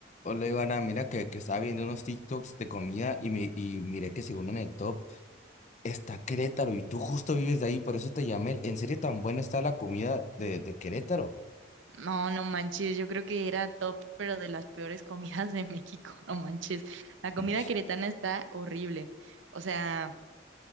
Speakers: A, on the left; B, on the right.
A: Hola Ivana, mira que, que estaba viendo unos TikToks de comida y, mi- y miré que según en el top está Querétaro y tú justo vives de ahí, por eso te llamé. ¿En serio tan buena está la comida de, de Querétaro?
B: No, no manches, yo creo que era top, pero de las peores <laughs> comidas de México, <laughs> no manches. La comida
A: Mm.
B: queretana está horrible. O sea,